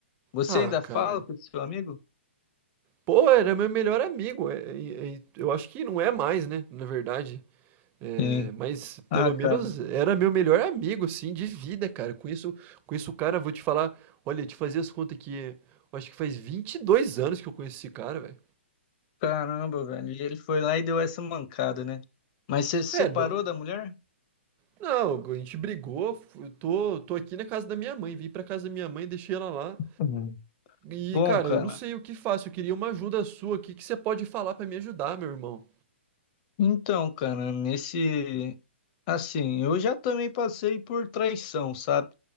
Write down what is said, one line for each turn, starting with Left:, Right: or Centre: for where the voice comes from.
Left: Você
Right: Ah,
Left: ainda
Right: cara.
Left: fala com esse seu amigo?
Right: Pô, era meu melhor amigo. é- é- é- eu acho que não é mais, né? Na verdade. É,
Left: Sim.
Right: mas
Left: Ah,
Right: pelo menos
Left: cara.
Right: era meu melhor amigo, assim, de vida, cara. Com isso, com isso, cara, vou te falar. Olha, te fazer as contas aqui, eu acho que faz 22 anos que eu conheço esse cara, velho.
Left: Caramba, velho. E ele foi lá e deu essa mancada, né? Mas você se
Right: É,
Left: separou
Right: não,
Left: da mulher?
Right: não, a gente brigou. eu Tô, tô aqui na casa da minha mãe. Vim pra casa da minha mãe, deixei ela lá.
Left: Uhum.
Right: E,
Left: Bom,
Right: cara,
Left: cara.
Right: eu não sei o que faço. Eu queria uma ajuda sua. O que que você pode falar pra me ajudar, meu irmão?
Left: Então, cara, nesse. Assim, eu já também passei por traição, sabe?